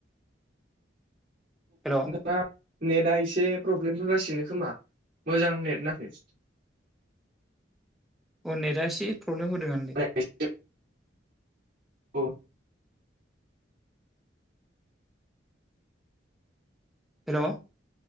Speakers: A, in the centre; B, on the right (about 55°).
A: हेल'
B: मा नेटआ एसे प्रब्लेम होगासिनो खोमा मोजां नेट नाङाखै
A: अननेटआ एसे प्रब्लेम होदों आंलै।
B: <unintelligible> औ
A: हेल।